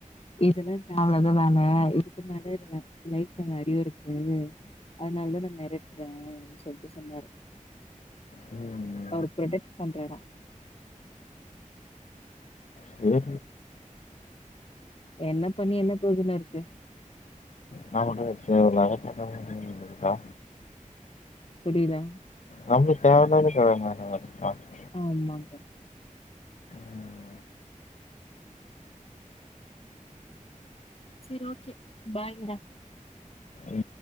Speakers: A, on the left (about 45°); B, on the left (about 60°).
A: இதெலா தேவலாத வேல இதுக்கு மேல இதுல லைஃப்ல நெறய இருக்கு அதுனால் தா நா மெரட்றேன்னு சொல்ட்டு சொன்னாரு
B: ம்
A: அவரு ப்ரொடெக்ட் பண்றேனா
B: செரி
A: என்ன பண்ணி என்ன ப்ரயோஜன இருக்கு
B: நா மட்டும் எதுக்கு தேவயில்லாத பண்ணனு எதா இருக்கா
A: புரியில
B: நம்ளுக்கு தேவ இல்லாத கத <unintelligible>
A: ஆமாங்க
B: ம்.
A: சேரி ஓக்கே பாய்ங்கடா
B: ம்.